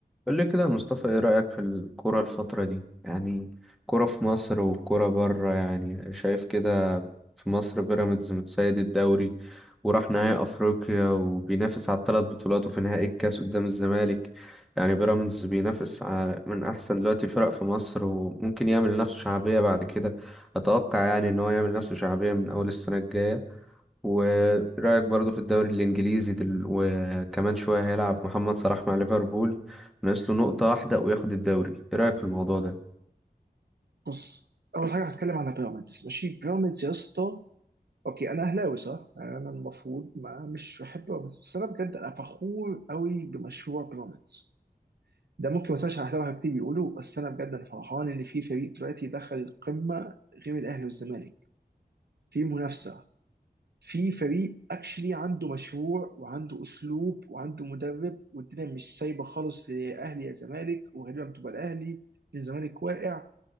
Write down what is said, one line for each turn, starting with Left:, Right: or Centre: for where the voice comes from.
Centre: قول لي كده يا مصطفى ايه رأيك في الكرة الفترة دي يعني كرة في مصر والكرة بره يعني شايف كده في مصر بيراميدز متسيد الدوري وراح نهائي افريقيا وبينافس على الثلاث بطولات وفي نهائي الكاس قدام الزمالك يعني بيراميدز بينافس على من احسن دلوقتي الفرق في مصر وممكن يعمل نفسه شعبية بعد كده اتوقع يعني ان هو يعمل نفسه شعبية من اول السنة الجاية ورأيك برضو في الدوري الإنجليزي دل... وكمان شوية هيلعب محمد صلاح مع ليفربول ناقص له نقطة واحدة وياخد الدوري إيه رأيك في الموضوع ده؟
Right: بص اول حاجه هتكلم عن بيراميدز ماشي بيراميدز يا اسطى اوكي انا اهلاوي صح انا المفروض ما مش بحب بيراميدز بس انا بجد انا فخور قوي بمشروع بيراميدز ده ممكن ما اسمعش اهلاوي كتير بيقولوا بس انا بجد انا فرحان ان في فريق دلوقتي دخل القمه غير الاهلي والزمالك في منافسه في فريق اكشلي عنده مشروع وعنده اسلوب وعنده مدرب والدنيا مش سايبه خالص لاهلي يا زمالك وغالبا بتبقى الاهلي الزمالك واقع